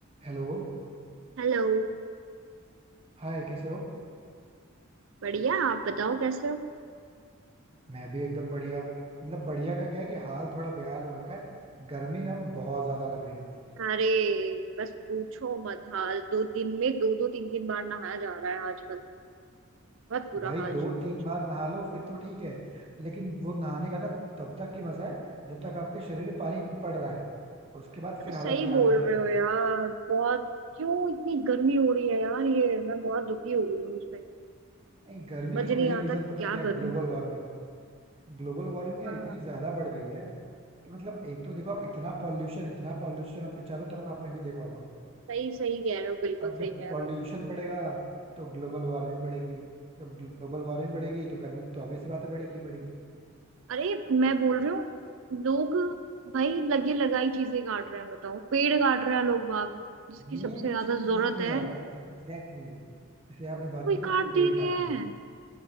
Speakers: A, on the right (about 25°); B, on the right (about 65°).
A: Hello
B: Hello
A: Hi कैसे हो
B: बढ़िया आप बताओ कैसे हो
A: मैं भी एकदम बढ़िया मतलब बढ़िया का क्या है कि हाल थोड़ा बेहाल हो रखा है गर्मी ना बहुत ज्यादा लग रही है कसम से
B: अरे बस पूछो मत हाल दो दिन में दो दो तीन तीन बार नहाया जा रहा है आजकल बहुत बुरा
A: भाई
B: हाल
A: दो तीन
B: हो चुका
A: बार नहा लो फिर तो ठीक है लेकिन वो नहाने का ना तब तक ही मजा है जब तक आपके शरीर में पानी पड़ रहा है उसके बाद
B: है
A: फिर
B: तो सही
A: हालत खराब
B: बोल
A: ही है
B: रहे हो यार बहुत क्यों इतनी गर्मी हो रही है यार ये मैं बहुत दुखी हो रही हूँ उसमें
A: नहीं, गर्मी
B: मज
A: का
B: नहीं
A: मेन
B: आता
A: रीजन
B: क्या
A: पता है क्या
B: करूँ
A: Global warming ग्लोबल वार्मिंग यार
B: हाँ
A: इतनी ज्यादा बढ़ गई है कि मतलब एक तो देखो आप इतना पॉल्यूशन इतना पॉल्यूशन आपके चारों तरफ आपने भी देखा होगा
B: सही सही कह रहे हो बिल्कुल
A: अब
B: सही
A: जब
B: कह
A: पॉल्यूशन
B: रहे हो
A: बढ़ेगा तो ग्लोबल वार्मिंग बढ़ेगी जब ग्लोबल वार्मिंग बढ़ेगी तो गर्मी तो ऑब्वियस सी बात है बढ़ेगी ही बढ़ेगी
B: अरे मैं बोल रही हूँ लोग भाई लगे लगाई चीजें काट रहे हैं बताओ पेड़ काट रहे हैं लोग बाग जिसकी
A: मेन
B: सबसे ज्यादा
A: चीज
B: जरूरत
A: यही है
B: है
A: Exactly exactly. जैसे आपने बात
B: वही
A: की ना
B: काट
A: पेड़
B: दे रहे
A: काटने की
B: हैं